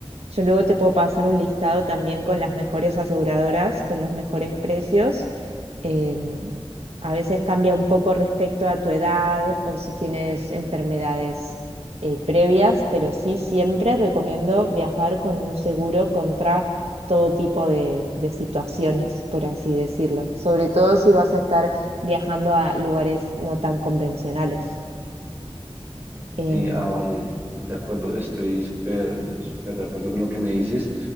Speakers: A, on the right; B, on the right.
A: yo luego te puedo pasar un listado también con las mejores aseguradoras, con los mejores precios. Em, a veces cambia un poco respecto a tu edad o si tienes enfermedades eh, previas, pero sí siempre recomiendo viajar con un seguro contra todo tipo de, de situaciones, por así decirlo. Sobre todo si vas a estar viajando a lugares no tan convencionales. Em,
B: Sí, ah, Sí. vale, de acuerdo, estoy súper, súper de acuerdo con lo que me dices.